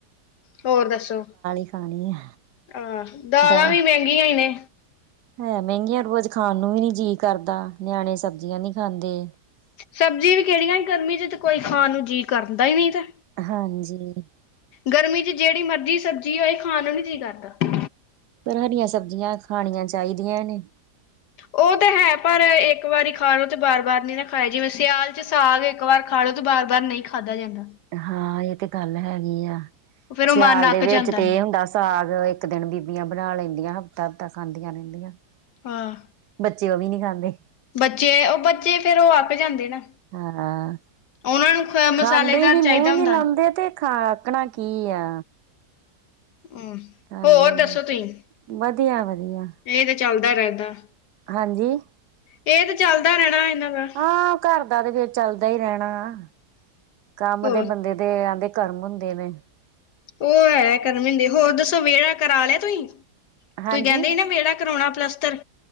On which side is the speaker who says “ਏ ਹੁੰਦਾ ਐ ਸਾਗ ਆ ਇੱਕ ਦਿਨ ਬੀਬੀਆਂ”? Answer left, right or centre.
Right